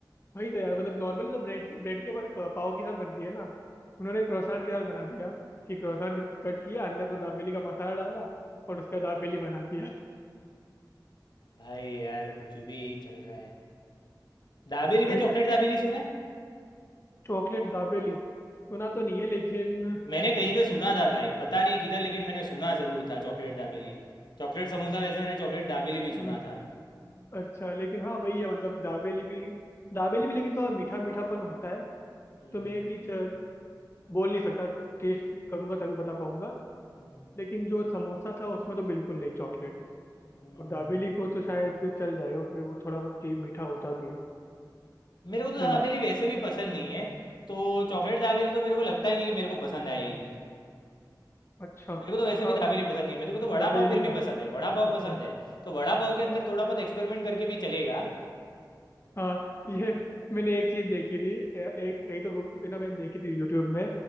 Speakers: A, on the left; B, on the left.
A: वही तो यार मतलब नॉर्मली तो ब्रेड ब्रेड के ब- अ, पाव के साथ बनती है ना उन्होंने क्रोसान के साथ बना दिया कि क्रोसान कट किया अंदर वो दाबेली का मसाला डाला और उसका दाबेली बना दिया
B: भाई यार कुछ भी चल रहा है दाबेली
A: वही
B: में चॉकलेट
A: तो
B: दाबेली सुना है
A: चॉकलेट दाबेली सुना तो नहीं है लेकिन
B: मैंने कहीं पे सुना था भाई पता नहीं किधर लेकिन मैंने सुना ज़रूर था चॉकलेट दाबेली चॉकलेट समोसा वैसे मैंने चॉकलेट दाबेली भी सुना
A: हम्म,
B: था
A: अच्छा लेकिन हाँ वही है मतलब दाबेली भी दाबेली भी लेकिन थोड़ा मीठा मीठापन होता है
B: हम्म
A: तो मैं भी च- बोल नहीं सकता टेस्ट करूंगा तभी बता पाऊंगा
B: हम्म
A: लेकिन जो समोसा था उसमें तो बिल्कुल नहीं चॉकलेट
B: हम्म।
A: और दाबेली को तो शायद चल जाएगा क्योंकि वो थोड़ा बहुत टी मीठा होता भी है
B: मेरे को तो दाबेली
A: है ना
B: वैसे भी पसंद नहीं है तो चॉकलेट दाबेली तो मेरे को लगता ही नहीं कि मेरे को पसंद आएगी
A: अच्छा
B: मेरे को तो वैसे
A: हाँ
B: भी दाबेली पसंद नहीं है मेरे को तो वड़ा
A: दाबेली
B: पाव फिर
A: नहीं
B: भी
A: पसंद
B: पसंद है वड़ा पाव
A: अच्छा
B: पसंद है तो वड़ा पाव के अंदर थोड़ा बहुत एक्सपेरिमेंट करके भी चलेगा
A: हाँ ये मैंने एक चीज देखी थी ए- एक कहीं तो गु- ना मैंने देखी थी यूट्यूब में